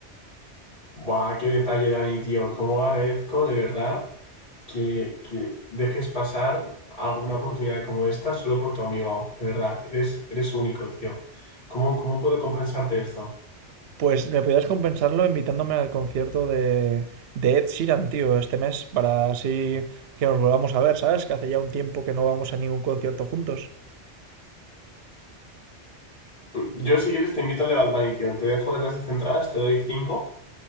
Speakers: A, on the left; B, on the right.
A: Buah, qué detalle, Dani, tío, cómo agradezco de verdad que, que dejes pasar alguna oportunidad como esta solo por tu amigo, de verdad, eres, eres único, tío. ¿Cómo, ¿Cómo puedo compensarte esto?
B: Pues me podrías compensarlo invitándome al concierto de, de Ed Sheeran, tío, este mes, para así que nos volvamos a ver, ¿sabes? Que hace ya un tiempo que no vamos a ningún concierto juntos.
A: Yo, si quieres, te invito al de Bad Bunny, tío. Te dejo de las 10 entradas, te doy cinco